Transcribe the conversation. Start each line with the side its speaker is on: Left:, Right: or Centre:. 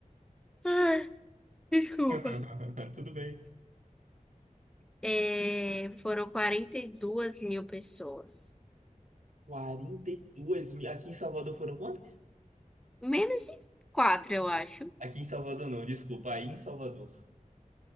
Centre: Ah, desculpa.
Right: <laughs> Tudo bem.
Centre: É, foram 42 mil pessoas.
Right: 42 mil. Aqui em Salvador foram quantas?
Centre: Menos de 4 eu acho.
Right: Aqui em Salvador não, desculpa, aí em Salvador.